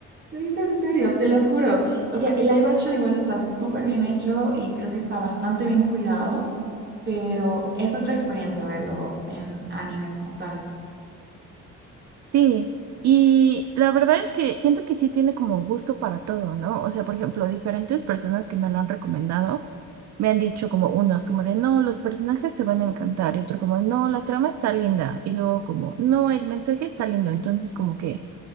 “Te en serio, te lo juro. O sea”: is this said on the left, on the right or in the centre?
Right